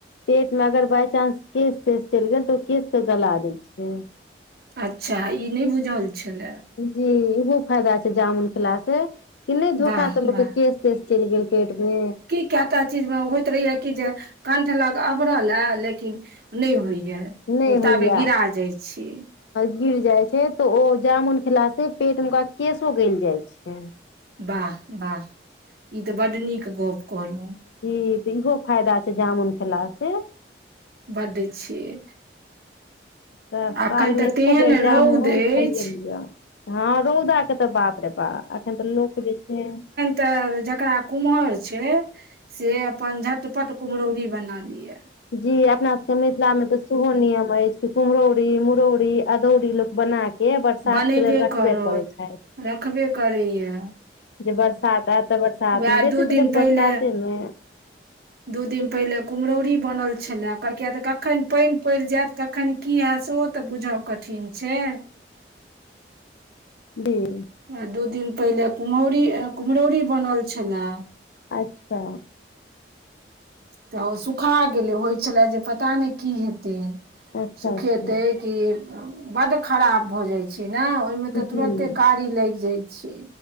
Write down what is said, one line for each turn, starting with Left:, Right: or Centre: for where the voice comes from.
Left: पेट मे अगर बााय चानंस केश तश चलि गेल तऽ ओ केश के गला दै छै
Right: अच्छा ई नहि बुझल छल
Left: जी ओहो फायदा छै जामुन खेलास कि नहि धोखा
Right: वाह
Left: सभमे
Right: वाह
Left: केश तेश चलि गेल पेट म
Right: कता चीज मे होयइत रहेया कि जे कंठ लग अबरल लेकिन नहि होइया
Left: नहि
Right: ओ
Left: होइया।
Right: ताबे गिरा जाइ छियै
Left: गिर जाय छै तऽ ओ जामुन खेला से पेट मे ओकरा केशो गल जाय छै।
Right: वाह ई तऽ बड नीक गप कहलहूँ
Left: जी तऽ इहो फायदा छै जामुन खेला स
Right: बड़ दै छियै
Left: तऽ साल
Right: अखन तऽ
Left: मे एको
Right: तेहन
Left: बेर जामुन
Right: रौद अछि
Left: खाइये लिअ हँ रौदाके तऽ बाप रे बा एखन तऽ लोक जे छै
Right: तऽ जेकरा कुम्हर छै से अपन झटपट कुम्हरौरी बना लिया
Left: जी अपना सभके मिथिला मे तऽ सेहो नियम अछि कुम्हरौरी मुरौरी अदौरी लोक बना के बरसात
Right: बनेबे
Left: के लेल रखबे
Right: करत
Left: पड़ै छै
Right: रखबे करैया
Left: जे बरसात आय तऽ बरसात
Right: उएह
Left: मे बेसी
Right: दू
Left: तऽ
Right: दिन
Left: लोकऽ
Right: पहिले
Left: बरसाते मे
Right: दू दिन पहिले कुम्हरौरी बनल छलए किया तऽ कखन पानि पड़ि जायत कखन कि हय से ओ तऽ बुझब कठिन छै
Left: जी।
Right: आ दू दिन पहिले कुम्हौरी कुम्हरौरी बनल छै लऽ
Left: अच्छा।
Right: तऽ ओ सुखा गेलै होइ छले जे पता नहि की हेतै
Left: अच्छा
Right: सुखेते
Left: अच्छा
Right: कि बड्ड खराब भऽ जाइ छै ने ओहिमे
Left: जी
Right: तऽ तुरते कारी लागि जाइ छै।